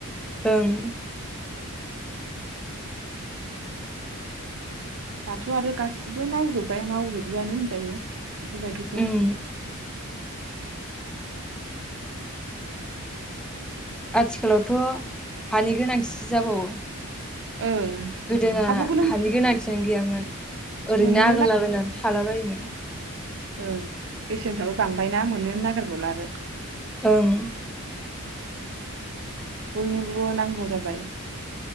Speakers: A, in the centre; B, on the right (about 60°).
A: ओं
B: दाथ' आरो गासिबो मावजोबबाय मावजोबोआनो होनजायो बेफोरबायदिखौ
A: उम आथिखालावथ' हानि गोनांथिसो जाबावो
B: ओं
A: गोदोना
B: हाफोरखौनो
A: हानि गोनांथि आनो गैयामोन ओरैनो
B: मोननोनो
A: आग्लायला
B: ना
A: बायनानै थालाबायोमोन
B: ओं बेसेनफ्राबो बांबायना मोननोनो नागिरबावला आरो
A: ओं
B: बयनोबो नांगौ जाबाय